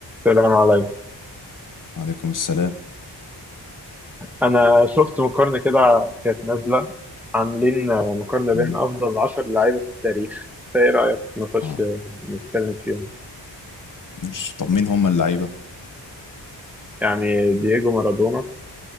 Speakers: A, in the centre; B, on the left.
A: السلام عليكم
B: وعليكم السلام
A: أنا شفت مقارنة كده كانت نازلة عاملين مقارنة
B: مم.
A: بين أفضل عشر لعيبة في التاريخ فإيه رأيك نخش
B: اه
A: نتكلم فيهم
B: مش طب مين هم اللعيبة
A: يعني دييجو مارادونا